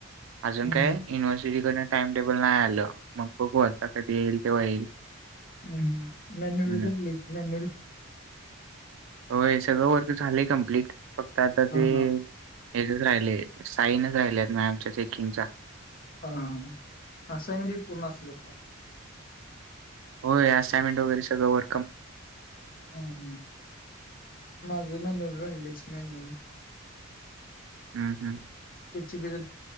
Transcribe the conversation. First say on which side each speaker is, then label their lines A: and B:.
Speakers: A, on the right; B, on the left.
A: अजून
B: हम्म.
A: काय युनिव्हर्सिटीकून टाइम टेबल नाही आलं मग बघूता कधी येईल तेव्हा येईल.
B: हम् हम मॅन्युल
A: हम्म.
B: तर मेन्युल
A: होय सगळं वर्क झाले कंप्लीट फक्त आता ते
B: हां.
A: हेजच राहिले साईनच राहिले आहेत म आमच्या चेकिंगचा
B: हा ह असइनमेंटी पूर्ण असले.
A: हो असइनमेंट वगैरे सगळं वर
B: ह ह माझ मॅन्युअल राडलेच मॅन्युअल
A: हम.
B: कची पग